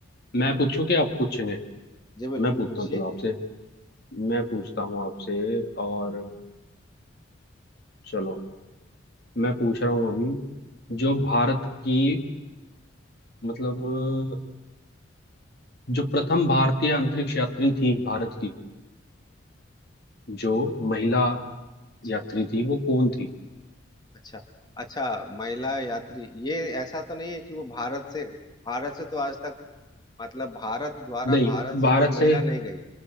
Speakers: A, on the left; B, on the left.
A: मैं पूछूं क्या आप पूछेंगे
B: जी बिल्कुल
A: मैं पूछता
B: पूछिए
A: हूँ चलो आपसे मैं पूछता हूँ आपसे और चलो मैं पूछ रहा हूँ अभी जो भारत की मतलब जो प्रथम भारतीय अंतरिक्ष यात्री थी भारत की जो महिला
B: अच्छा
A: यात्री
B: अच्छा
A: थी वो कौन थी
B: अच्छा अच्छा महिला यात्री ये ऐसा तो नहीं है कि वो भारत से भारत से तो आज तक मतलब भारत द्वारा
A: नहीं
B: भारत
A: भारत
B: से कोई महिला
A: से
B: नहीं गई